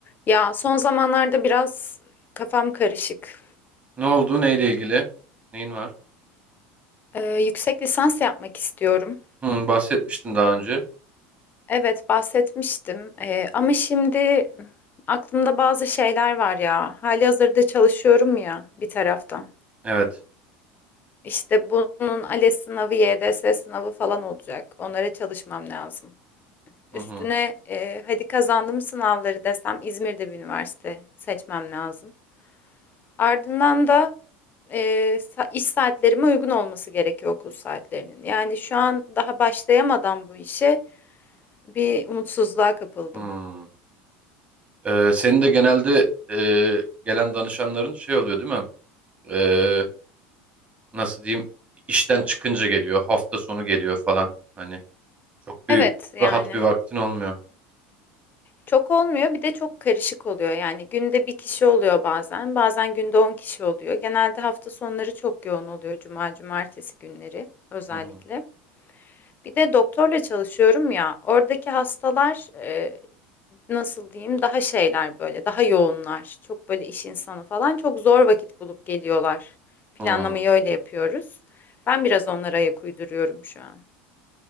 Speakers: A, on the left; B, on the right.
A: Ya son zamanlarda biraz kafam karışık.
B: Ne oldu? Neyle ilgili? Neyin var?
A: Ee, yüksek lisans yapmak istiyorum.
B: Hı, bahsetmiştin daha önce.
A: Evet bahsetmiştim Ee, ama şimdi aklımda bazı şeyler var ya. Halihazırda çalışıyorum ya bir taraftan.
B: Evet.
A: İşte bunun ALES sınavı, YDS sınavı falan olacak. Onlara çalışmam lazım. Üstüne
B: Hı hı.
A: e, hadi kazandım sınavları desem İzmir'de bir üniversite seçmem lazım. Ardından da e, sa- iş saatlerime uygun olması gerekiyor okul saatlerinin. Yani şu an daha başlayamadan bu işe bir umutsuzluğa kapıldım.
B: Hı. Ee, senin de genelde e, gelen danışanların şey oluyor değil mi? Ee, nasıl diyeyim? İşten çıkınca geliyor. Hafta sonu geliyor falan. Hani çok
A: Evet
B: bir
A: yani
B: rahat bir vaktin olmuyor.
A: çok olmuyor bir de çok karışık oluyor. Yani günde bir kişi oluyor bazen bazen günde 10 kişi oluyor. Genelde hafta sonları çok yoğun oluyor cuma cumartesi günleri özellikle.
B: Hı hı.
A: Bir de doktorla çalışıyorum ya oradaki hastalar e, nasıl diyeyim daha şeyler böyle daha yoğunlar. Çok böyle iş insanı falan çok zor vakit bulup geliyorlar. Planlamayı
B: Hı.
A: öyle yapıyoruz. Ben biraz onlara ayak uyduruyorum şu an.